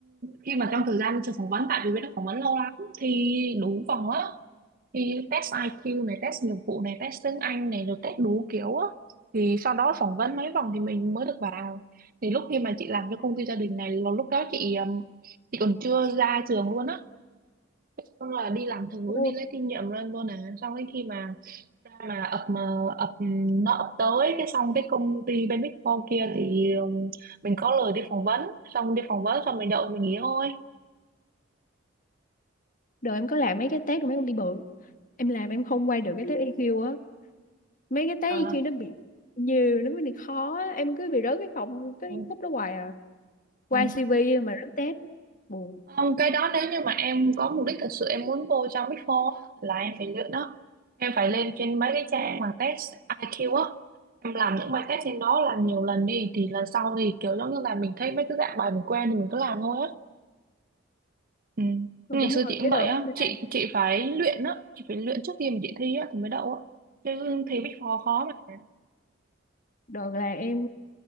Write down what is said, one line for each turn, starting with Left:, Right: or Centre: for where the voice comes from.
Right: khi mà trong thời gian trường phỏng vấn tại vì bên đó phỏng vấn lâu lắm thì đủ vòng á thì test IQ này test nghiệp vụ này test tiếng Anh này rồi test đủ kiểu á thì sau đó phỏng vấn mấy vòng thì mình mới được vào thì lúc khi mà chị làm cho công ty gia đình này là lúc đó chị um, chị còn chưa ra trường luôn á Thế xong là đi làm thử
Left: Ồ,
Right: đi lấy kinh nghiệm lên luôn à xong đến khi mà ra mà ập mà ập nó ập tới cái xong cái công ty bên Big Four kia thì um, mình có lời đi phỏng vấn xong đi phỏng vấn xong mình đợi mình nghỉ thôi
Left: đời em có làm mấy cái test của mấy công ty bự em làm em không qua được cái test EQ á mấy cái test
Right: à,
Left: EQ nó bị nhiều nó mới bị khó á. em cứ bị rớt cái phòng cái
Right: ừ,
Left: khúc đó hoài à qua
Right: ừ.
Left: CV mà rớt test buồn
Right: Không, cái đó nếu như mà em có mục đích thật sự em muốn vô trong Big Four á, là em phải luyện đó em phải lên trên mấy cái trang mà test IQ á em làm những bài test trên đó làm nhiều lần đi thì lần sau thì kiểu giống như là mình thấy mấy cái dạng bài mình quen thì mình cứ làm thôi á Ừ.
Left: Ờ,
Right: Ngày
Left: đúng
Right: xưa
Left: rồi
Right: chị cũng
Left: cái
Right: vậy
Left: đợt
Right: á
Left: em
Right: chị
Left: làm
Right: chị phải luyện á chị phải luyện trước khi mà chị thi á thì mới đậu á chứ thi Big Four khó mà
Left: Đợt là em